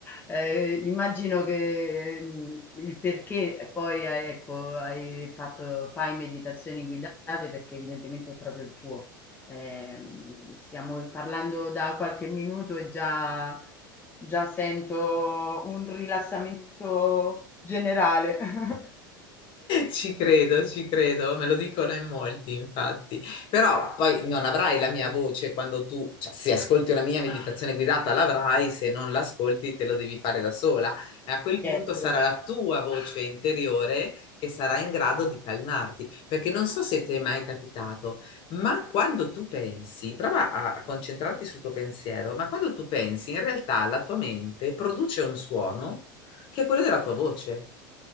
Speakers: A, on the left; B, on the left.
A: ehm, immagino che, mhmm, il perché poi hai ecco, hai fatto fai meditazioni guidate perché evidentemente è proprio il tuo. Ehm, stiamo parlando da qualche minuto e già già sento un rilassamento generale. <laughs>
B: Ci credo, ci credo, me lo dicono in molti, infatti. Però poi non avrai la mia voce quando tu, cioè se ascolti una mia meditazione guidata l'avrai, se non l'ascolti te lo devi fare da sola. E a quel punto
A: Certo,
B: sarà la tua voce interiore che sarà in grado di calmarti, perché non so se ti è mai capitato, ma quando tu pensi, prova a concentrarti sul tuo pensiero, ma quando tu pensi, in realtà la tua mente produce un suono che è quello della tua voce.